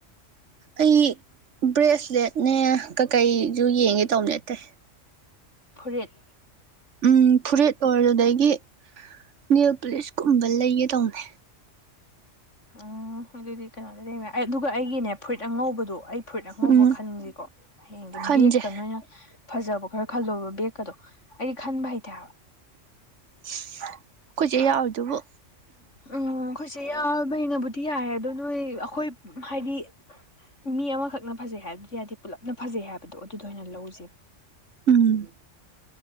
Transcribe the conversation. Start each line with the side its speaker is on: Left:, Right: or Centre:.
Right: ꯑꯩ ꯕ꯭ꯔꯦꯁꯂꯦꯠꯅꯦ ꯀꯀꯩꯁꯨ ꯌꯦꯡꯒꯦ ꯇꯧꯕ ꯂꯦꯠꯇꯦ
Left: ꯐꯨꯔꯤꯔꯤꯠ
Right: ꯎꯝ ꯐꯨꯔꯤꯠ ꯑꯣꯔꯣ ꯑꯗꯨꯗꯒꯤ ꯅꯤꯜ ꯄꯨꯂꯤꯁꯀꯨꯝꯕ ꯂꯩꯒꯦ ꯇꯧꯅꯦ
Left: ꯎꯝ ꯑꯗꯨꯗꯤ ꯀꯩꯅꯣꯗꯤ ꯂꯦꯝꯃꯦ ꯑꯩ ꯑꯗꯨꯒ ꯑꯩꯒꯤꯅꯦ ꯐꯨꯔꯤꯠ ꯑꯉꯧꯕꯗꯣ ꯑꯩ ꯐꯨꯔꯤꯠ ꯑꯉꯧꯕ
Right: ꯎꯝ
Left: ꯈꯟꯖꯤꯀꯣ ꯍꯌꯦꯡꯗꯤ
Right: ꯈꯟꯖꯦ
Left: ꯕꯦꯒꯀ ꯅꯣꯏꯅ ꯐꯖꯕ ꯈꯔ ꯈꯜꯂꯣꯕ ꯕꯦꯒ ꯀꯗꯣ ꯑꯩꯗꯤ ꯈꯟꯕ ꯍꯩꯇꯦꯕ
Right: ꯑꯩꯈꯣꯏꯆꯦ ꯌꯥꯎꯔꯤꯗꯨꯕꯨ
Left: ꯎꯝ ꯑꯩꯈꯣꯏꯆꯦ ꯌꯦꯎꯕꯩꯅꯕꯨꯗꯤ ꯌꯥꯔꯦ ꯑꯗꯣ ꯅꯣꯏ ꯑꯩꯈꯣꯏ ꯍꯥꯏꯗꯤ ꯃꯤ ꯑꯃꯈꯛꯅ ꯐꯖꯩ ꯍꯥꯏꯕꯗꯤ ꯌꯥꯗꯤ ꯄꯨꯜꯂꯞꯅ ꯐꯖꯩ ꯍꯥꯏꯕꯗꯣ ꯑꯗꯨꯗꯣ ꯑꯣꯏꯅ ꯂꯧꯖꯦ
Right: ꯎꯝ